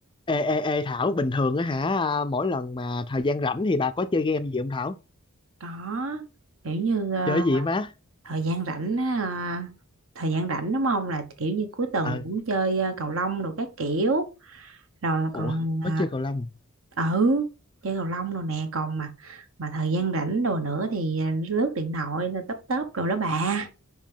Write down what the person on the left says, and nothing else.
Ê, ê, ê Thảo, bình thường á hả, à, mỗi lần mà thời gian rảnh thì bà có chơi game gì không Thảo?
Chơi gì má?
Ờ,
ủa,
có
chơi cầu lông.